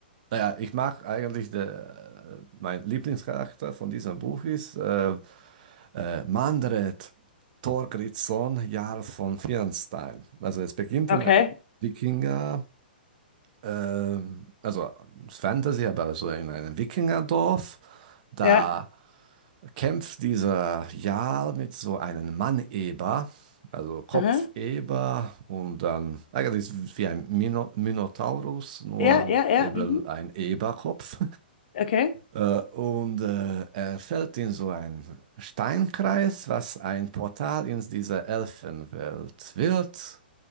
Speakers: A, on the right (about 50°); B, on the left (about 55°).
A: naja, ich mag eigentlich, der, mein Lieblingscharakter von diesem Buch ist, äh, Äh, Manfred Thorgrímsson, Jarl von Fjernstein. Also es beginnt
B: Okay.
A: in einem Wikinger, ähm, also Fantasy, aber so in einem Wikingerdorf. Da
B: Ja.
A: kämpft dieser Jarl mit so einem Mann-Eber, also Kopfeber
B: Aha.
A: und dann eigentlich wie ein Mino Minotaurus, nur
B: Ja, ja, ja.
A: eben
B: Mhm.
A: ein Eberkopf.
B: Okay.
A: Äh, und äh, er fällt in so einen Steinkreis, was ein Portal in diese Elfenwelt wird.